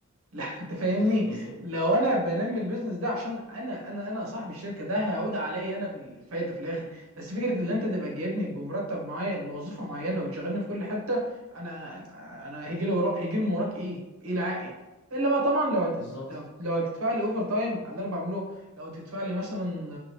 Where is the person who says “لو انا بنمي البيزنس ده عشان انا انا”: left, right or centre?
Right